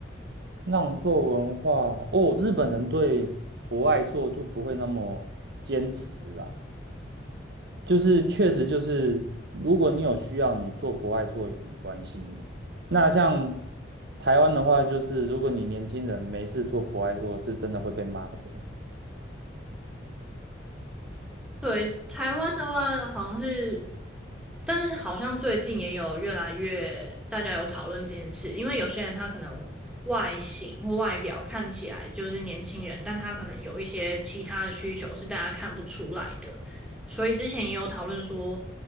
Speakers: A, on the right (about 60°); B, in the centre.
A: 让座文化哦，日本人对不爱做就不会那么坚持啦。就是确实就是，如果你有需要，你做不爱做也没关系。那像台湾的话，就是如果你年轻人没事做不爱做，是真的会被骂的。
B: 对，台湾的话好像是，但是好像最近也有越来越大家有讨论这件事，因为有些人他可能外形或外表看起来就是年轻人，但他可能有一些其他的需求是大家看不出来的，所以之前也有讨论说，